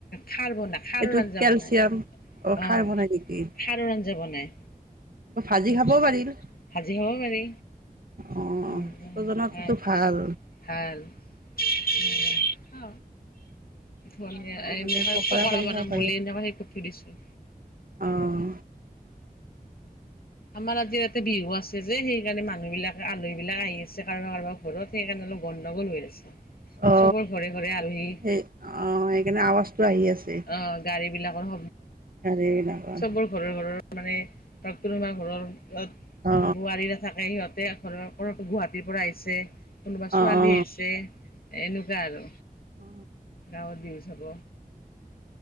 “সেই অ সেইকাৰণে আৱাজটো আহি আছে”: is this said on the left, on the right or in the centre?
Right